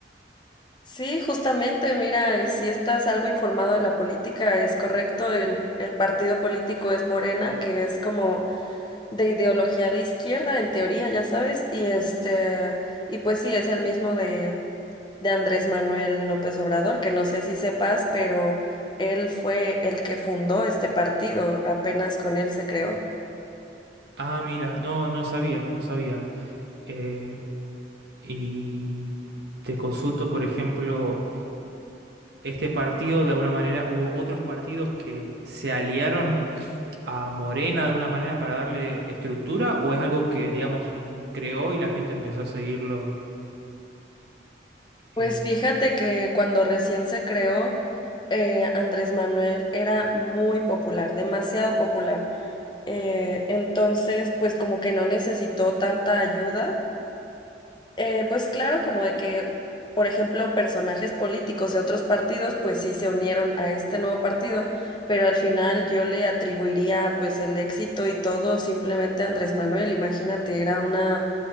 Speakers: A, on the left; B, on the right.
A: Sí, justamente, mira, eh, si estás algo informado de la política, es correcto, el, el partido político es Morena, que es como de ideología de izquierda, en teoría, ya sabes, y este, y pues sí, es el mismo de, de Andrés Manuel López Obrador, que no sé si sepas, pero él fue el que fundó este partido, apenas con él se creó.
B: Ah, mira, no, no sabía, no sabía. Eh, y te consulto, por ejemplo, este partido, de alguna manera, hubo otros partidos que se aliaron a Morena de alguna manera para darle estructura, o es algo que, digamos, creó y la gente empezó a seguirlo
A: Pues
B: Eh,
A: fíjate que cuando recién se creó, eh, Andrés Manuel era muy popular, demasiado popular. Eh, entonces, pues como que no necesitó tanta ayuda Eh, pues claro, como de que, por ejemplo, personajes políticos de otros partidos, pues sí se unieron a este nuevo partido, pero al final yo le atribuiría pues el éxito y todo simplemente a Andrés Manuel. Imagínate, era una,